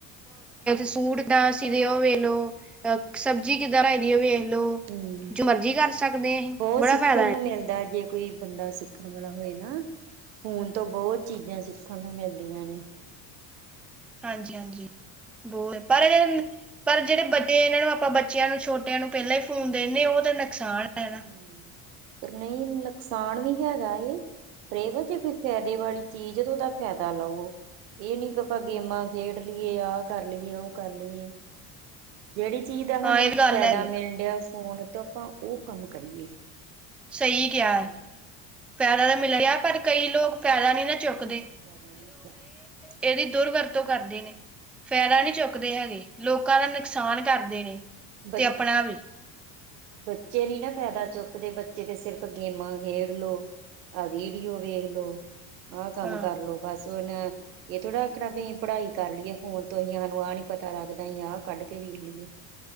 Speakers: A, in the centre; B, on the right.
A: ਸੂਟ ਦਾ ਸੀ ਦੇ ਅੋ ਵੇਖ ਲਓ <unintelligible> ਅ ਸਬਜ਼ੀ ਕਿੱਦਾਂ ਰਹੀਂ ਦੀ ਹੋ, ਵੇਖ ਲਓ
B: ਹੂੰ,
A: ਜੋ ਮਰਜੀ ਕਰ ਸਕਦੇ ਹਾਂ ਅਸੀਂ
B: ਬੌਤ
A: ਬੜਾ
B: ਸਿੱਖਣ
A: ਫਾਇਦਾ
B: ਨੂੰ
A: ਹੈ
B: ਮਿਲਦਾ ਜੇ ਕੋਈ। ਬੰਦਾ ਸਿੱਖਣ ਵਾਲਾ ਹੋਏ ਨਾ ਫੋਨ ਤੋਂ ਬਹੁਤ ਚੀਜ਼ਾਂ ਸਿੱਖਣ ਨੂੰ ਮਿਲਦੀਆਂ ਨੇ।
A: ਹਾਂਜੀ-ਹਾਂਜੀ ਬਹੁਤ ਪਰ। ਪਰ ਜਿਹੜੇ ਵੱਡੇ ਇਹਨਾਂ ਨੂੰ ਆਪਾਂ ਬੱਚਿਆਂ ਨੂੰ ਛੋਟਿਆਂ ਨੂੰ ਪਹਿਲਾਂ ਈ ਫੋਨ ਦੇਂਦੇ ਓਹ ਤਾਂ ਨੁਕਸਾਨ। ਹੈ ਨਾ
B: ਹੂੰ, ਪਰ ਨਹੀਂ ਨੁਕਸਾਨ ਵੀ ਹੈਗਾ ਏ। ਜੇ ਕੋਈ ਫਾਇਦੇ ਵਾਲੀ ਚੀਜ਼ ਤੇ ਉਹਦਾ ਫ਼ਾਇਦਾ ਲਵੋ ਇਹ ਨੀ ਆਪਾਂ ਗੇਮਾਂ। ਖੇਡ ਲਈਏ ਆਹ ਕਰ ਲਈਏ ਉਹ ਕਰ ਲਈਏ। ਜਿਹੜੀ ਚੀਜ਼ ਦਾ ਸਾਨੂੰ
A: ਹਾਂ ਇਹ ਵੀ ਗੱਲ
B: ਫਾਇਦਾ
A: ਹੈਗੀ
B: ਮਿਲਣ ਡਿਆ ਫੋਨ ਤੋਂ ਆਪਾਂ ਉਹ ਕੰਮ ਕਰੀਏ।
A: ਸਹੀ ਕਿਐ
B: ਹਨਾ,
A: ਫੈਦਾ ਤਾਂ ਮਿਲ ਰਿਐ ਪਰ ਕਈ ਲੋਕ ਫੈਦਾ ਨੀ ਨਾ ਚੁੱਕਦੇ।
B: ਫਾਇਦਾ ਨੀ ਚੁੱਕ
A: ਏਹਦੀ ਦੁਰਵਰਤੋਂ ਕਰਦੇ ਨੇ। ਫਾਇਦਾ ਨਈ ਚੁੱਕਦੇ ਹੈਗੇ ਲੋਕਾਂ ਦਾ ਨੁਕਸਾਨ ਕਰਦੇ ਨੇ
B: ਬ
A: ਤੇ ਆਪਣਾ ਵੀ।
B: ਬੱਚੇ ਨੀ ਨਾ ਫਾਇਦਾ ਚੁੱਕਦੇ ਬੱਚੇ ਤੇ ਸਿਰਫ ਗੇਮਾਂ ਖੇਡਲੋ। ਆ ਵਡੀਓ ਵੇਖ ਲੋ ਆਹ ਕੰਮ
A: ਹਾਂ
B: ਕਰਲੋ ਬਸ ਉਨ। ਏਹ ਥੋੜ੍ਹਾ ਆਖਣਾ ਬਈ ਪੜ੍ਹਾਈ ਕਰ ਲੀਏ ਫੋਨ ਤੋਂ ਅਸੀ, ਸਾਨੂੰ ਆਹ ਆ ਨੀ ਪਤਾ ਲੱਗਦਾ, ਅਹੀ ਆਹ ਕੱਢ ਕੇ ਵੇਖ ਲਈਏ।